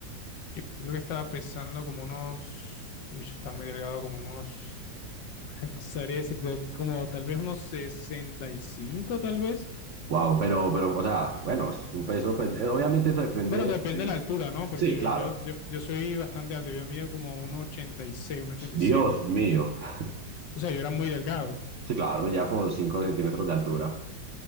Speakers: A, on the left; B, on the right.
A: Yo creo que estaba pesando como unos, uy, yo estaba muy delgado, como unos, <laughs> no sabría decirte, como tal vez unos 65 tal vez.
B: Wow, pero, pero, o sea, bueno, es un peso, pues, eh, obviamente eso depende.
A: Bueno, depende
B: eh,
A: de la altura, ¿no? Porque
B: sí,
A: yo,
B: claro.
A: yo, yo, yo soy bastante alto, yo mido como uno uno ochenta ochenta y seis uno ochenta y siete
B: Dios mío. <laughs>
A: O sea, yo era muy delgado.
B: Sí, claro, me lleva como 5 centímetros de altura.